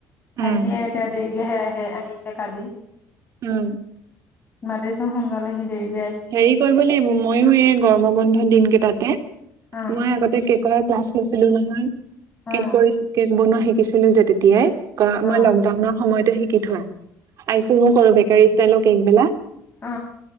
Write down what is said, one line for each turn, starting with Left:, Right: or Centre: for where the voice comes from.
Left: ভাইটিয়ে
Right: উম
Left: এতিয়া দে। <unintelligible> আহে আহিছে কালি।
Right: উম।
Left: মাতিছো সোনকালে সি দেৰি
Right: হেৰি কৰিব লাগিব। ময়ো এই গৰমৰ বন্ধ দিনকেইটাতে।
Left: অ
Right: মই আগতে কেকৰ। ক্লাছ লৈছিলো নহয়।
Left: অ
Right: কেক কৰিছ কেক বনোৱা শিক। শিছিলো যে তেতিয়াই। ক,
Left: অ
Right: মই লকডাউনৰ সময়তে শিক কি থয়? আইছে মো কৰো বেকাৰী ষ্টাইল তেক বিলাক।
Left: অ